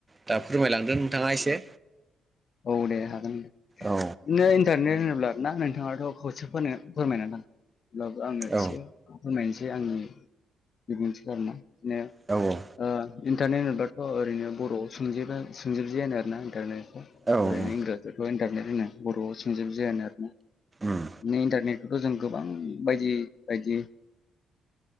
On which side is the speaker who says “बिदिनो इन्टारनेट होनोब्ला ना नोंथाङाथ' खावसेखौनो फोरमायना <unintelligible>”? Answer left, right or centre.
Left